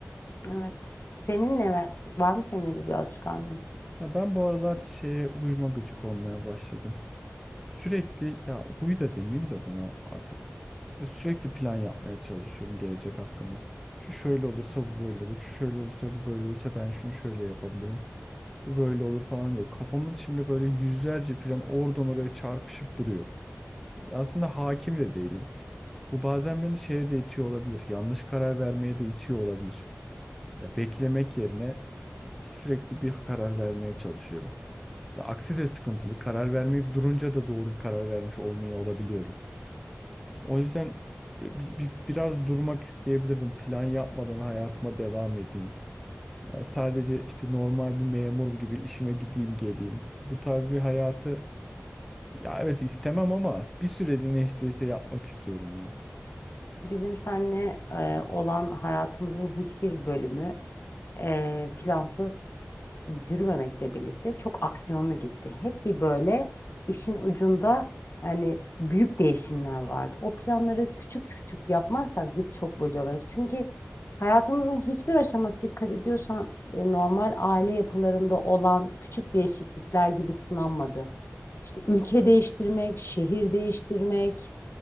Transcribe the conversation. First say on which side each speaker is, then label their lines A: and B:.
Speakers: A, on the left; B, in the centre.
A: Evet. Senin ne var mı senin öyle bir alışkanlığın?
B: Ya ben bu aralar şeye uyuma gıcık olmaya başladım. Sürekli ya huyu da demeyeyim de buna artık. Ya sürekli plan yapmaya çalışıyorum gelecek hakkında. Şu şöyle olursa bu böyle olur. Şu şöyle olursa bu böyle olursa ben şunu şöyle yapabilirim. Bu böyle olur falan diye. Kafamın içinde böyle yüzlerce plan oradan oraya çarpışıp duruyor. Aslında hakim de değilim. Bu bazen beni şeye de itiyor olabilir. Yanlış karar vermeye de itiyor olabilir. Ya beklemek yerine sürekli bir karar vermeye çalışıyorum. Ya aksi de sıkıntılı. Karar vermeyip durunca da doğru bir karar vermiş olmaya olabiliyorum. O yüzden e, bi- bi- biraz durmak isteyebilirdim. Plan yapmadan hayatıma devam edeyim. Ya sadece işte normal bir memur gibi işime gideyim geleyim. Bu tarz bir hayatı ya evet istemem ama bir süreliğine hiç değilse yapmak istiyorum ya.
A: Bizim seninle e, olan hayatımızın hiçbir bölümü, e, plansız yürümemekle birlikte çok aksiyonlu gitti. Hep bir böyle işin ucunda yani büyük değişimler vardı. O planları küçük küçük yapmazsak biz çok bocalarız. Çünkü hayatımızın hiçbir aşaması dikkat ediyorsan e, normal aile yapılarında olan küçük değişiklikler gibi sınanmadı. İşte ülke değiştirmek, şehir değiştirmek,